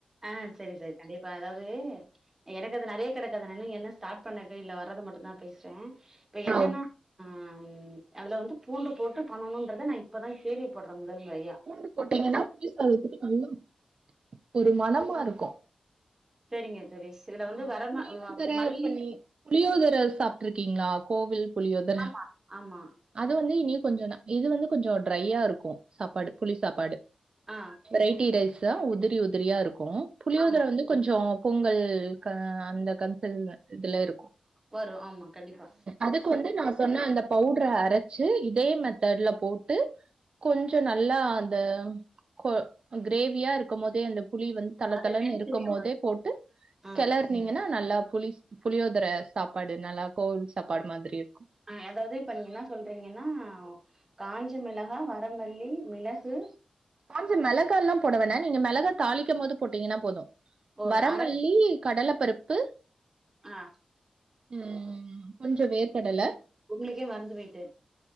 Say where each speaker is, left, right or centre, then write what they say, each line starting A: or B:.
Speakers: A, on the right; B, on the right.
A: ஆ செரி செரி கண்டிப்பா அதாவது எனக்கு அது நறையா கெடக்கு அதனால இன்னு ஸ்டார்ட் பண்ணவே இல்ல வர்றது மட்டு தா பேசுறே இப்ப என்னனா
B: நான்
A: ஆ அதுல வந்து பூண்டு போட்டு பண்ணணும்ன்றத நா இப்பதா கேள்விப்படுற முதல் முறையா
B: பூண்டு போட்டீங்கன்னா புளி சாதத்துக்கு நல்லா ஒரு மனமா இருக்கு
A: சேரிங்க தோழி இதுல வந்து
B: ஆ
A: வரமா
B: புளியோதர
A: மல்லி
B: பண்ணி புளியோதர சாப்ட்டு இருக்கீங்களா கோவில் புளியோதர
A: ஆமா ஆமா
B: அது வந்து இனியு கொஞ்சோ இது வந்து கொஞ்சோ ட்ரையா இருக்கு சாப்பாடு புளி சாப்பாடு
A: ஆ
B: வெரைட்டி ரைஸ்ஸா உதிரி உதிரியா இருக்கு புளியோதர
A: ஆமா
B: வந்து கொஞ்சோ பொங்கல் க அந்த கன்சல் இதுல இருக்கு
A: வரு ஆமா கண்டிப்பா
B: அதுக்கு வந்து ந சொன்ன அந்த பவுட்ர அரைச்சு இதே மெத்தட்ல போட்டு கொஞ்சோ நல்லா அந்த கோ கிரேவியா இருக்கும் போதே அந்த புளி வந்து தள
A: அது
B: தளனு
A: நெல்சரியோட
B: இருக்கும் போதே போட்டு
A: ஆ
B: கெளறுனீங்கனா நல்லா புளி புளியோதர சாப்பாடு நல்லா கோவில் சாப்பாடு மாதிரி இருக்கு
A: ஆ எதாவது இப்ப நீங்க என்ன சொல்றீங்கனா காஞ்ச மிளகா வரமல்லி மிளகு
B: காஞ்ச மிளகாலா போட வேனா நீங்க மிளகா தாளிக்கும் போது போட்டீங்கனா போது
A: ஓ
B: வரமல்லி
A: அர
B: கடல பருப்பு
A: ஆ
B: உம் கொஞ்சோ வேர்க்கடலே
A: உங்களுக்கே மறந்து போயிட்டு